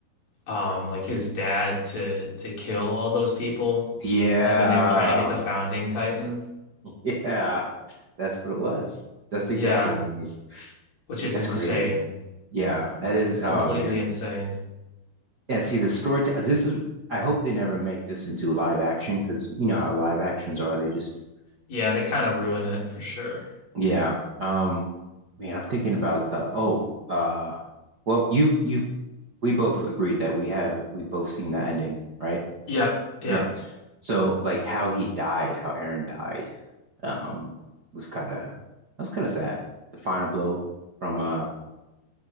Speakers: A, on the left; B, on the right.
A: um like his dad to to kill all those people
B: Yeah.
A: like when they were trying to get the founding
B: <laughs>
A: Titan.
B: Yeah. That's what it was. That's exactly
A: Yeah,
B: what it was.
A: which is
B: That's
A: insane.
B: crazy. Yeah, that is.
A: It's
B: Oh
A: completely
B: man.
A: insane.
B: Yeah. See, the story. t- This is. I hope they never make this into live action because you know how live actions are. They just.
A: Yeah, they kind of ruin it for sure.
B: Yeah. Um. Man, I'm thinking about the. Oh. Uh. Well, you've you. We both agreed that we have. We both seen the ending, right?
A: Yep, yep.
B: Yep. So like how he died, how Aaron died, um, was kind of that was kind of sad. The final blow from uh,